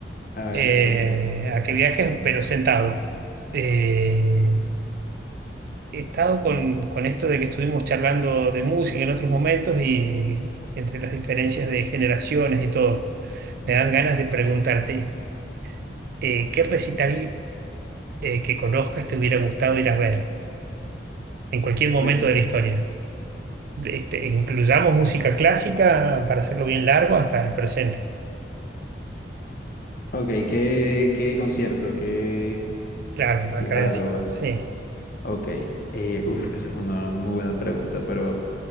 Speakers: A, on the left; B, on the right.
A: a ver,
B: Eh,
A: perfecto.
B: a que viajes, pero sentado. Eh,
A: Ujú.
B: he estado con, con esto de que estuvimos charlando de música en otros momentos y entre las diferencias de generaciones y todo, me dan ganas de preguntarte, eh, ¿qué recital eh, que conozcas te hubiera gustado ir a ver en cualquier momento
A: Pues,
B: de la historia? este, incluyamos música clásica para hacerlo bien largo hasta el presente.
A: ok, ¿qué, qué concierto? ¿Qué
B: Claro,
A: festival
B: acá le decimos,
A: o algo
B: sí.
A: así? Ok, eh, uf, esa es una muy buena pregunta, pero